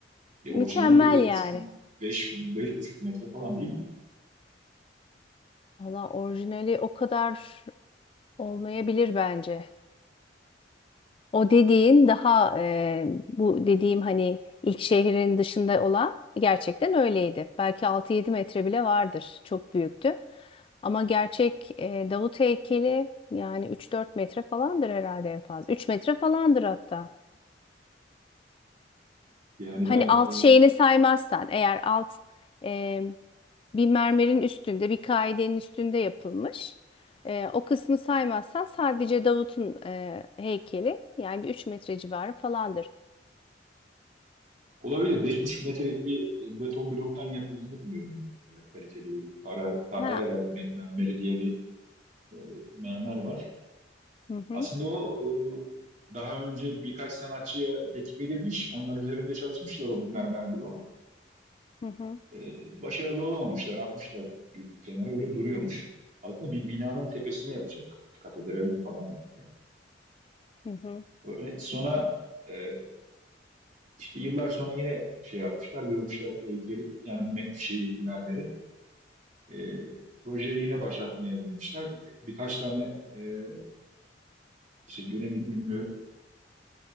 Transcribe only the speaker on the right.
Ya
orijinali de beş
buçuk beş- beş buçuk metre falan değil mi?
Yani
ben
e,
olabilir beş buçuk metrelik bir e, beton bloktan yapıldığını biliyorum ben. Böyle kaliteli bir Carrara, Carrara
me- mermeri diye bir e, mermer var.
Aslında o e, daha önce birkaç sanatçıya teklif edilmiş. Onlar üzerinde çalışmışlar o mermer bloğun.
E, başarılı olamamışlar. Atmışlar bir kenara öyle duruyormuş. Aslında bir binanın tepesine yapacak. Katedralin falan herhalde.
Öyle sonra e, işte yıllar sonra yine şey yapmışlar. Görmüşler heykeli yani me- şeyi mermeri. E, projeyi yine başlatmaya denemişler. Birkaç tane e, işte dönemin ünlü